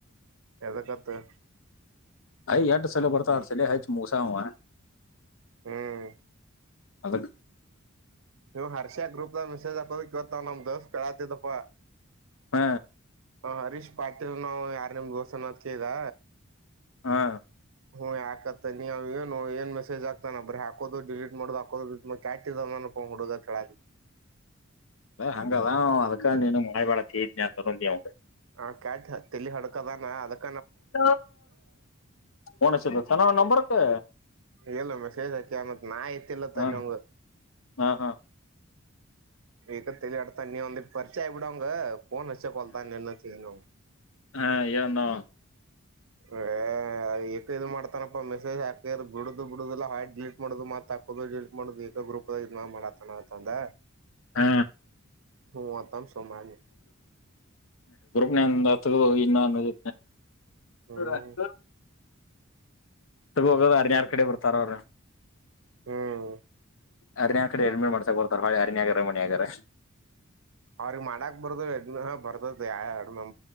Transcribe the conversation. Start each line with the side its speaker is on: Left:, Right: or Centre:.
Right: ಎದಕತ್ತ
Left: ಅಯ ಎಟ ಸಲ ಬರ್ತಾ ಆಡ್ಸಲ ಹೆಯಚ್ಚ ಮಸ ಅವ
Right: ಹ್ಮ್
Left: ಅದ
Right: ನೀವವು ಹರ್ಷ ಗ್ರೂಪ್ ದ ಮೆಸೇಜ್ ಹಾಕೋಕ್ ಇವತ್ತ ನಮ್ ದೋಸ್ ಕಳಾತಿದಪ್ಪಾ
Left: ಹ್ಮ
Right: ಹ ಹರೀಶ್ ಪಾಟೀಲ್ ನಾವ್ ಯಾರ್ ನಿಮ್ ಗೋಸನ್ನೋದ್ ಕ್ದ
Left: ಹಾ
Right: ಹ್ಮ್ ಯಾಕತ್ತ ನೀವ ಏನು ಏನ್ ಮೆಸೇಜ್ ಆಗ್ತಾನ ಬರ್ರ ಹಾಕೋದು ಡಿಲೀಟ್ ಮಾಡುದು ಹಾಕೋದು ಕಿದ ಂಗಡೋದ ಚಳ
Left: ಹಂಗದ ಅದ ನೀನು ಮಳೆ ಬಾತ ಇದ್ಯ ತೊಿ ಅವಗೆ
Right: ಹ ಕ್ಯಾಟ್ ತಲ್ಲಿ ಹಡಕದಾನ ಅದಕ್
Left: ಣ ಫೋನ್ ಚಿನ್ನ ನಂಬರ್ ಹಾ
Right: ಇಲ್ಲ ಮೆಸೇಜ್ ಹಾಕಿದ ನಾ ಯ್ತಿಲ್ಲ ತನ್ನ
Left: ಹ
Right: ಹಂಗ
Left: ಹ ಹ ಹ
Right: ಈಗ ತಿ ಇಡ ತ ನೀಿಯ ಒಂದ ಪರಿೀಚೆ ಆಯಬ ಬಿಡಂಗ ಫೋನ್ ಹಚ್ಚ ಕೊಲ್ತಾ ಇನ ನಾವು
Left: ಹಾ ಏನೋ
Right: ಹ ಏಕ ಇ ಮಾಡ್ತಾನಪ್ಪಾ ಮೆಸೇಜ್ ಹಾಕ ಬಿಡುದು ಬಿಡುದಿಲ್ಲಾ ಡಿಲೀಟ್ ಮಾಡುದು ಮತ್ ಹಾಕುದು ಡಿಲಟ್ ಮಾಡುದು ಗ್ರೂಪ್ ಮ ಮಾಡಲಾತನ ತಂದ
Left: ಹ
Right: ಊ ಅಂತ ಹೋಗಂ ಬಾಲೆ
Left: ನಂದ ಹೋಗ ಇನ್ನ ಅಂದು
Right: ಹ್ಮ್
Left: ರಾಥೋ ರತೋ ಇೋಗ ಅರೆ ಯಾರ ಕಡೆ ಕೊರ್ತಾರ ಅವರ
Right: ಹ್ಮ್
Left: ಅರಣ್ಯ ಕಡೆ ಎಳ್್ಮೀಡ್ ಮಾಡ್ತ ಹೋಲ್ತಾರ ಭಳೆ ಅರಣ್ಯ ಆಗಾರ ಮನಿ ಆಗಾರ
Right: ಅವ್ರಗ್ ಮಾಡಾಕ್ ಬರದು ಎ ಬರ್ತದ ಯ ಎರ ಮ